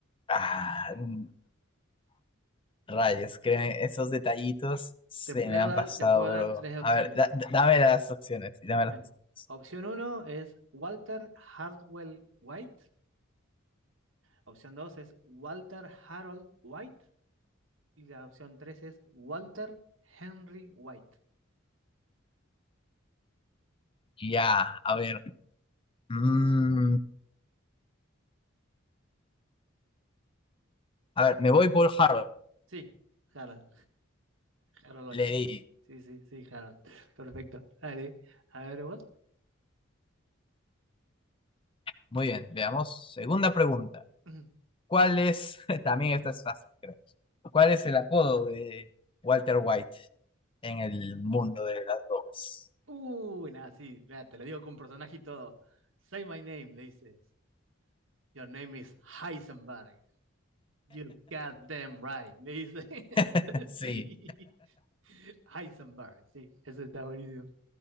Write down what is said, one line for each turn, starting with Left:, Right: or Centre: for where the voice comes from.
Left: Ah, mm, rayos, créeme, esos detallitos se
Right: Te puedo
Left: me han
Right: dar,
Left: pasado,
Right: te puedo
Left: pero.
Right: dar tres opciones.
Left: A ver, da- da- dame las opciones, dame
Right: Bueno,
Left: las opciones.
Right: opción uno es Walter Hardwell White. Opción dos es Walter Harold White. Y la opción tres es Walter Henry White.
Left: Ya, a ver. mm, a ver, me voy por Harold.
Right: Sí, Harold. Harold White.
Left: Leí.
Right: Sí, sí, sí, Harold. Perfecto. Dale, a ver vos.
Left: Muy bien, veamos. Segunda pregunta.
Right: <clears throat>
Left: ¿Cuál es, <laughs> también esta es fácil, creo. ¿Cuál es el apodo de Walter White en el mundo de las drogas?
Right: Uy, nada, sí, mira, te lo digo con personaje y todo. Say my name, le dices. Your name is Heisenberg. You goddamn right, le dice.
Left: <laughs> Sí,
Right: <laughs> Sí, Heisenberg, sí, eso está buenísimo.